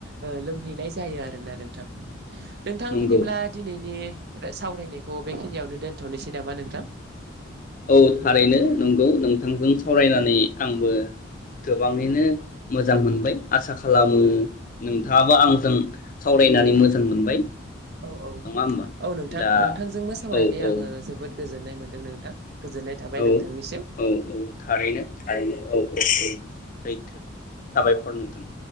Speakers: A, on the right; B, on the left.
A: ओ लोंहैनाय जायो आरोना नोंथां नोंथां
B: नंगौ
A: बिदिब्ला दिनैनि सावरायनायखौ बेखिनियावनो दोनथ'नोसै नामा नोंथां
B: औ थारैनो नंगौ नोंथांजों सावरायनानै आंबो गोबाङैनो मोजां मोनबाय आसा खालामो नोंथाङाबो आंजों सावरायनानै मोजां मोनबाय
A: औ औ
B: नङा होमबा
A: औ नोंथां
B: दा
A: नोंथांजोंबो सावरायनाया
B: औ
A: आङो
B: औ
A: जोबोद गोजोन गोजोन्नाय मोनदों नोंथां गोजोननाय थाबाय
B: औ
A: नोंथांनिसिम
B: औ औ थारैनो थारैनो औ सैथो साबायखर नोंथां